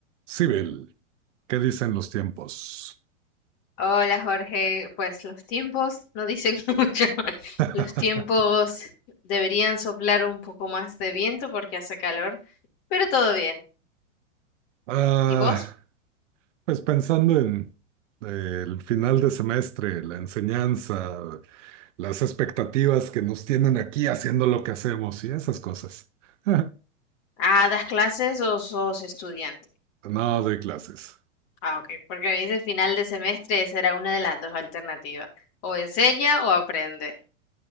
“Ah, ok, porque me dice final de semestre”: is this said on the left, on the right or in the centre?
Left